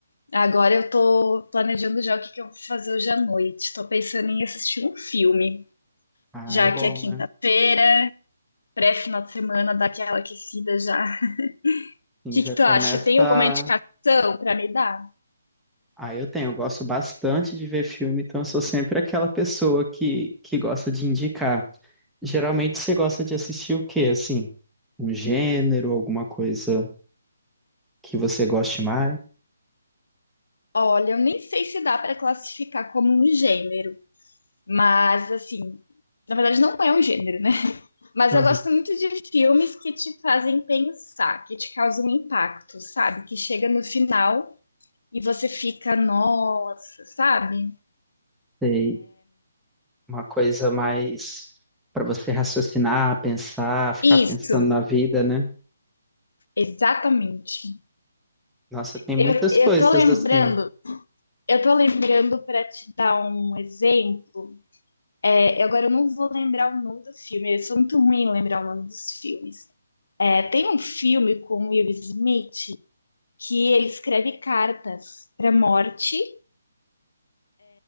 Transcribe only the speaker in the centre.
Ah,
é bom,
né?
Sim,
já
começa.
Ah, eu tenho, eu gosto bastante de ver filme, então eu sou sempre aquela pessoa que, que gosta de indicar. Geralmente você gosta de assistir o quê, assim? Um gênero, alguma coisa que você goste mais?
Aham.
Sei. Uma coisa mais para você raciocinar, pensar, ficar pensando
na vida, né?
Nossa, tem muitas
coisas
assim.